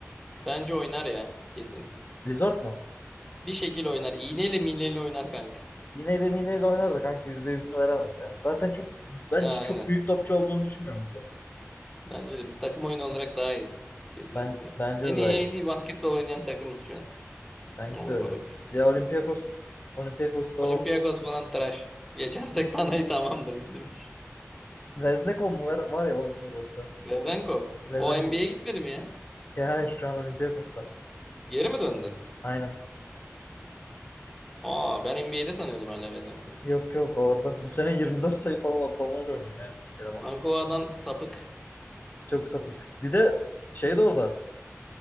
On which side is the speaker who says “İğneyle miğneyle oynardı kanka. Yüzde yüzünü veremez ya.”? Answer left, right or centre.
Left